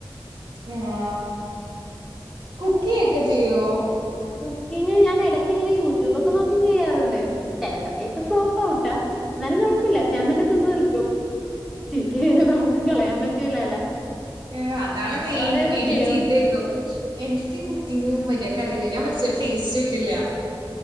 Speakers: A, on the right (about 60°); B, in the centre.
A: ആഹ് കുക്കിംഗ് ഒക്കെ ചെയ്യോ
B: ക്കിങ്ങ് ഞാൻ എടക്കിങ്ങനെ യൂട്യൂബൊക്കെ നോക്കി ചെയ്യാറുണ്ട് ചില സമയത്ത് ഫ്ലോ ട്ടാ എന്നാലും കുഴപ്പില്ല ഞാൻ തന്നെ തിന്ന് തിർക്കും ചീത്ത <unintelligible> നമുക്ക് കളയാൻ പറ്റൂലല്ല
A: ഏഹ് അതാണ് മെയിൻ
B: അവിടെ
A: വീട്ടില്
B: കുക്ക് ചെയ്യോ
A: ചീത്തേക്കും എനിക്ക് കുക്കിംഗ് മര്യാക്ക് അറിയില്ല ഞാൻ വച്ചൊരു ടേസ്റ്റ് കിട്ടില്ല